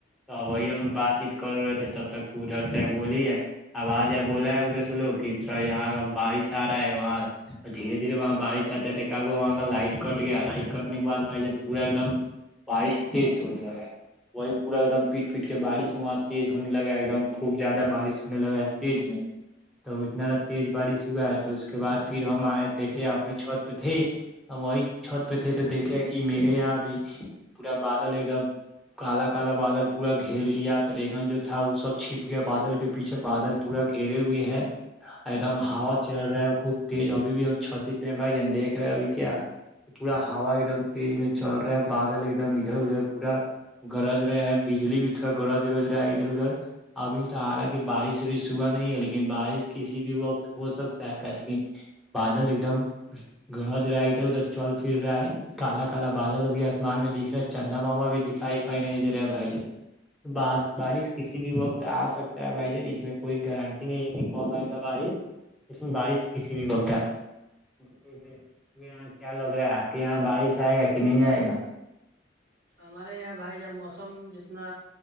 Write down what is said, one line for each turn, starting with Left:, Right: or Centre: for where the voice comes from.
Centre: تو وہی لوگ بات چیت کر رہے تھے تب تک ادھر سے بولی ہے آب آجائے بولا ہے ادھر سے لوگ کہ یہاں بارش آ رہا ہے وہاں دھیرے دھیرے وہاں بارش آتے ہے تھے وہاں کا لائٹ کٹ گیا لائٹ کٹنے کے بد بھائی جان پورا ایک دم بارش تیز ہونے لگا ہے وہی پورا ایک دم پیٹ پیٹ کے بارش وہاں تیز ہونے لگا ہے ایک دم خوب زیادہ بارش ہونےگا ہے تیز میں تو اتناا تیز بارش ہوا ہے تو اس کے بعد پھر ہم آئے دیکھے اپنے چھوت پہ تھے ہم وہی چھت پہ تھے تو دیکھے کہ میرے یہاں بھی پورا بادل ایک دم کال کالا بادل پورا گھیر لیا ٹریگن جو تھا وہ سب چھپ گیا بادل کے پیچھے بادل پورا گھیرے ہوئے ہے ایک دم ہا چل رہا ہے خوب تیز ابھی بھی ہم چتی ا بھائی جان دیکھ رہے ہو ابھی کیا پورا ہا ایک دم تیز میں چل رہا ہے بادل ایک دم ادھر ادھر پورا گرد رہے ہیں بجلی بھی تھوڑا گرد گرد رہا ہے ادھر ادھر ابھی تو حالانکہ بارش و صبح نہیں ہے لیکن بارش کسی بھی وقت ہو سکتا ہے کیسے کہ بادل ایک دم گرج رہا ہے ادھر ادھر چل پھر رہا ہے کال کال بادل بھی آسمان میں دکھ رہا ہے چندنا واما بھی دکھائی اکھائی نہیں دے رہے بھائی جان بارش کسی بھی وقت آ سکتا ہے بھائی جان اس میں کوئی گرانٹی نہیں ہے کہ کب آئے گا بارش اس میں بارش کسی بھی وقت آ بھ یہاں کیا لگ رہا ہے آپ کے یہاں بارش آئے گا کہ نہیں آئے گا
Right: ہمارے یہاں بھائی جب موسم جتنا